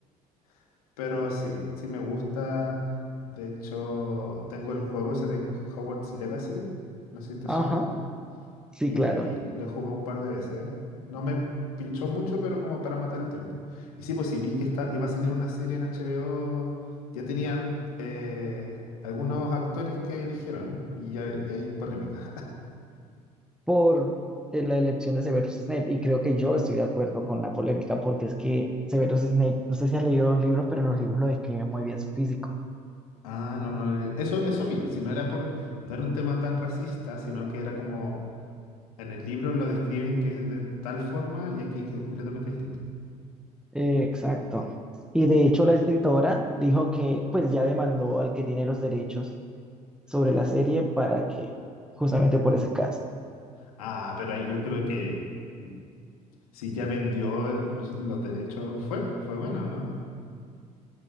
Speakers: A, on the left (about 70°); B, in the centre.
A: <laughs> pero sí, sí me gusta. De hecho, tengo el juego ese de Hogwarts Legacy, no sé si te
B: Ajá,
A: suena.
B: sí,
A: y
B: claro.
A: lo he jugado un par de veces. No me pinchó mucho, pero como para matar el tiempo. Y sí, pues sí vi que está, iba a salir una serie en HBO, ya tenían eh, algunos actores que eligieron y, ya- y hay polémica.
B: por eh, la elección de Severus Snape. Y creo que yo estoy de acuerdo con la polémica, porque es que Severus Snape, no sé si has leído los libros, pero en los libros lo describen muy bien su físico.
A: Ah, no, no, el- eso, eso vi. Si no era por, no era un tema tan racista, sino que era como en el libro lo describen que es de tal forma y aquí es completamente distinto.
B: Eh, exacto. Y de hecho la escritora dijo que pues ya demandó al que tiene los derechos sobre la serie para que, justamente por ese caso,
A: Ah, pero ahí yo creo que mm, si ya vendió los, los derechos, fue, fue bueno, ¿no?